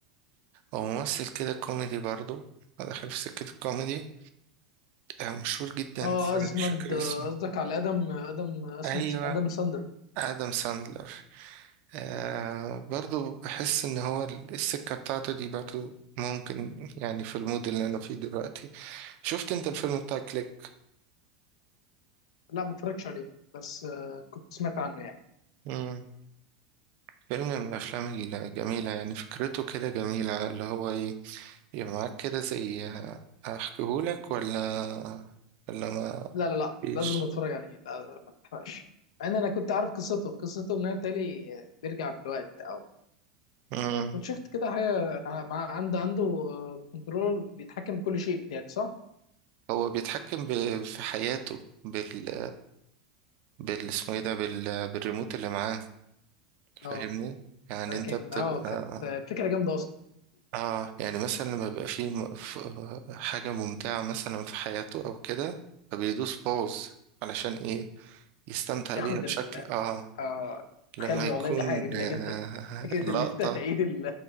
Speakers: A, on the right; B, on the left.
A: هو ممثل كده كوميدي برضو داخل في سكة الكوميدي آه، مشهور جدا
B: اه
A: بس أنا
B: ازمد
A: مش فاكر
B: آه،
A: اسمه
B: قصدك على ادم ادم
A: أيوة
B: ادم ساندر
A: آدم ساندلر آه برضو بحس إن هو السكة بتاعته دي برضو ممكن يعني في المود اللي أنا فيه دلوقتي شفت انت الفيلم بتاع كليك
B: لا ما اتفرجتش عليه بس آه كنت سمعت عنه يعني
A: مم. فيلم من الافلام الجميله يعني فكرته كده جميله اللي هو ايه يبقى معاك كده زي احكيهولك ولا ولا ما
B: لا لا لا
A: فيش
B: لازم نتفرج عليه لا ما تحرقش مع ان انا كنت عارف قصته قصته ان هو تالي بيرجع بالوقت او
A: مم.
B: كنت شفت كده حاجه أنا مع- عنده عنده كنترول بيتحكم بكل شيء بتاعي صح؟
A: هو بيتحكم ب... في حياته بال بال اسمه ايه ده بال... بالريموت اللي معاه فاهمني
B: اه
A: يعني
B: لكن
A: انت بتبقى
B: اه كانت فكره جامده اصلا
A: اه يعني مثلا لما بيبقى فيه م- ف- حاجه ممتعه مثلا في حياته او كده فبيدوس باوز علشان ايه يستمتع
B: ياخد
A: بيها بشكل
B: ال
A: اه
B: اه
A: لما
B: تخلي
A: يكون
B: والله دي حاجه جميله
A: آه
B: جدا فكره
A: اللقطة
B: اللي انت تعيد ال